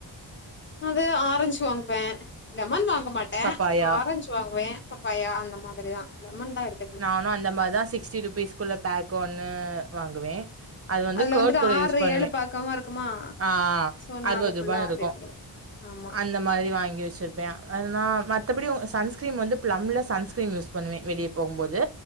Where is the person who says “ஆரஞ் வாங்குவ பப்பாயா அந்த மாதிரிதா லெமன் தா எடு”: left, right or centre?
Left